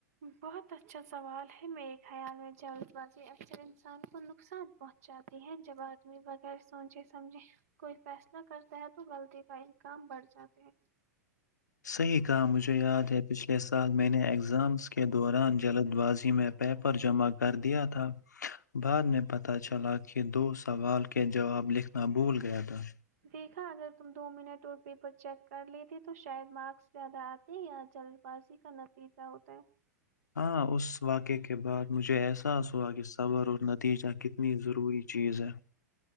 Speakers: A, on the right; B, on the left.
A: بہت اچھا سوال ہے میرے خیال میں جلد بازی اکثر انسان کو نقصان پہنچ جاتی ہے جب آدمی بغیر سوچے سمجھے کوئی فیصلہ کرتا ہے تو غلطی کا امکام بڑھ جاتا ہے
B: صحیح کہا مجھے یاد ہے پچھلے سال میں نے ایگزامس کے دوران جلد بازی میں پیپر جمع کر دیا تھا بعد میں پتہ چلا کہ دو سوال کے جواب لکھنا بھول گیا تھا
A: دیکھا اگر تم دو منٹ اور پیپر چیک کر لیتے تو شاید مارکس زیادہ آتے ہیں یا جلد بازی کا نتیجہ ہوتا ہے
B: ہاں اس واقعے کے بعد مجھے احساس ہوا کہ صبر اور نتیجہ کتنی ضروری چیز ہے